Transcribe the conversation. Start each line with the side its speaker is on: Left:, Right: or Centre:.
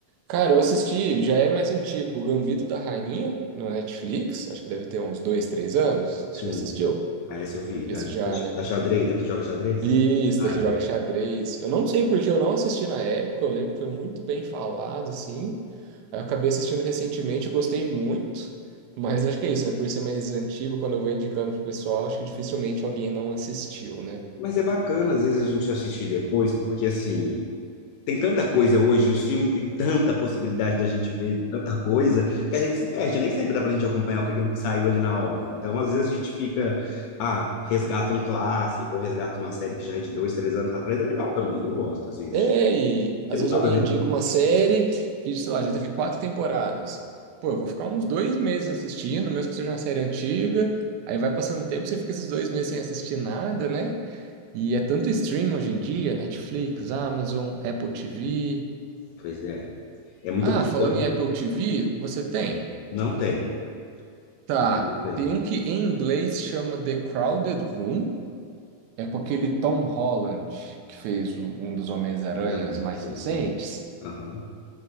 Right: Cara, eu assisti, já é mais antigo, o Gambito da Rainha, no Netflix, acho que deve ter uns dois, três anos. Você
Left: Sim,
Right: já assistiu?
Left: ah, essa eu vi,
Right: Esse
Left: da,
Right: já, né?
Left: da xadrez, da que joga xadrez?
Right: Isso,
Left: Ah,
Right: daqui
Left: vi.
Right: joga xadrez. Eu não sei porque eu não assisti na época, eu lembro que foi muito bem falado, assim. Eu acabei assistindo recentemente, eu gostei muito, mas acho que é isso, né? Por ser mais antigo, quando eu vou indicando pro pessoal, acho que dificilmente alguém não assistiu, né?
Left: Mas é bacana, às vezes, a gente assistir depois, porque assim, tem tanta coisa hoje, o streaming tem tanta possibilidade da gente ver tanta coisa, que a gente se perde, nem sempre dá pra gente acompanhar com aquilo que saiu ali na hora. Então, às vezes a gente fica, ah, resgata um clássico, ou resgata uma série que já é de dois, três anos atrás, é legal também, eu gosto às vezes,
Right: É,
Left: de-
Right: e
Left: porque
Right: às vezes
Left: não dá
Right: alguém
Left: pra ver
Right: indica
Left: tudo.
Right: uma série que, sei lá, já teve quatro temporadas. Pô, eu vou ficar uns dois meses assistindo, mesmo que seja uma série antiga. Aí vai passando o tempo, você fica esses dois meses sem assistir nada, né? E é tanto stream hoje em dia, Netflix, Amazon, Apple TV.
Left: Pois é, é muita
Right: Ah,
Left: opção,
Right: falando em Apple TV, você tem?
Left: não tenho,
Right: Tá.
Left: é, não tenho,
Right: Tem um que em inglês chama The Crowded Room. É com aquele Tom Holland, que fez o- um dos Homens-Aranhas
Left: exatamente,
Right: mais
Left: sei,
Right: recentes.
Left: conheço. Aham,